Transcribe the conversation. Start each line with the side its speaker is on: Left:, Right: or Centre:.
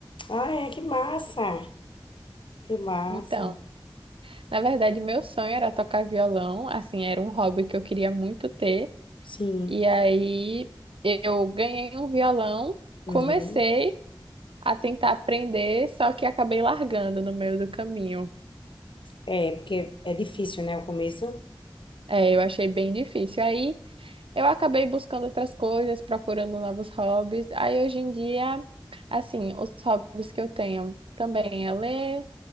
Left: Ah, é, que massa! Que massa.
Right: Então, na verdade, meu sonho era tocar violão, assim, era um hobby que eu queria muito ter.
Left: Sim.
Right: E aí eu ganhei um violão, comecei
Left: Uhum.
Right: a tentar aprender, só que acabei largando no meio do caminho.
Left: É, porque é difícil, né, o começo?
Right: É, eu achei bem difícil. Aí eu acabei buscando outras coisas, procurando novos hobbies. Aí hoje em dia, assim, os hobbies que eu tenho também é ler,